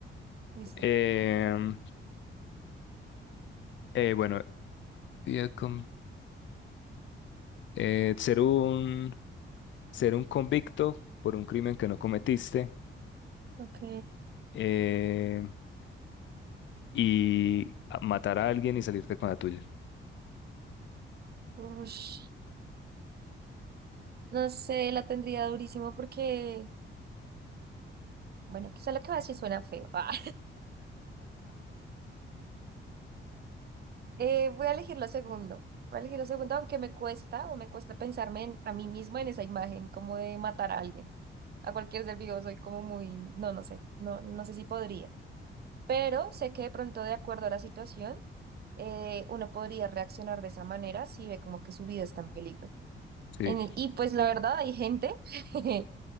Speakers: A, on the right; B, on the left.
A: Listo.
B: Em, eh, bueno, y el con- eh, ser un, ser un convicto por un crimen que no cometiste
A: Ok.
B: eh, y a- matar a alguien y salirte con la tuya.
A: Ush, no sé, la tendría durísimo porque, bueno, quizá lo que va a decir suena feo. <laughs> Ah. Eh, voy a elegir lo segundo. Voy a elegir lo segundo, aunque me cuesta o me cuesta pensarme en- a mí misma en esa imagen, como de matar a alguien, a cualquier ser vivo. Soy como muy, no, no sé, no, no sé si podría. Pero sé que de pronto, de acuerdo a la situación, eh, uno podría reaccionar de esa manera si ve como que su vida está en peligro.
B: Sí.
A: En- y pues la verdad, hay gente, <laughs>